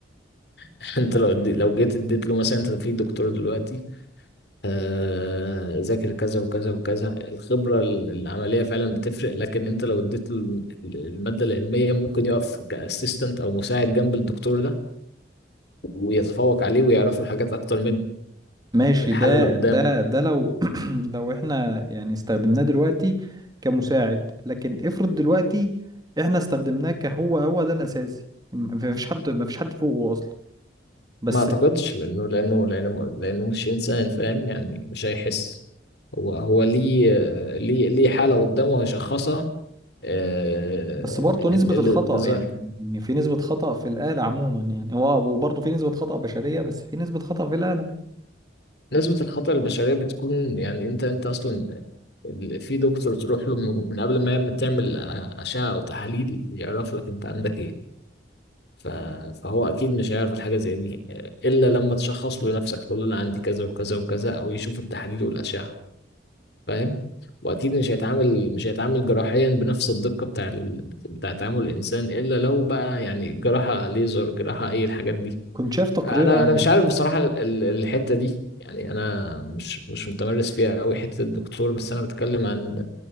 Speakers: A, on the left; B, on the right.
A: <laughs> انت لو ادي لو جيت اديت له مثلا انت في دكتور دلوقتي آه، ذاكر كذا وكذا وكذا الخبرة ال- العملية فعلا بتفرق لكن انت لو اديت ال- ال- المادة العلمية ممكن يقف كاسيستنت او مساعد جنب الدكتور ده ويتفوق عليه ويعرف له حاجات اكتر منه
B: ماشي
A: بالحالة
B: ده
A: اللي قدامه
B: ده ده لو <clears throat> لو احنا يعني استخدمناه دلوقتي كمساعد لكن افرض دلوقتي احنا استخدمناه كهو هو ده الأساسي ما فيش حد ما فيش حد فوقه أصلا بس
A: ما اعتقدش لانه لانه لانه لانه مش انسان فاهم يعني مش هيحس هو هو ليه ليه ليه حالة قدامه هيشخصها آه،
B: بس برضه نسبة
A: اللي
B: الخطأ
A: اللي ظهر
B: يعني إن في نسبة خطأ في الآلة عموما يعني هو وبرضه في نسبة خطأ بشرية بس في نسبة خطأ في الآلة
A: نسبة الخطأ البشرية بتكون يعني انت انت اصلا ال- في دكتور تروح له من من قبل ما يعمل تعمل أشعة او تحاليل يعرف لك انت عندك ايه ف- فهو اكيد مش هيعرف الحاجة زي دي الا لما تشخص له نفسك تقول له انا عندي كذا وكذا وكذا او يشوف التحاليل والأشعة فاهم واكيد مش هيتعامل مش هيتعامل جراحيا بنفس الدقة بتاع ال... بتاع تعامل الانسان الا لو بقى يعني جراحة ليزر جراحة اي الحاجات دي
B: كنت شايف تقرير
A: انا
B: عن
A: انا مش عارف بصراحه ال- ال- الحته دي يعني انا مش مش متمرس فيها قوي حته الدكتور بس انا بتكلم عن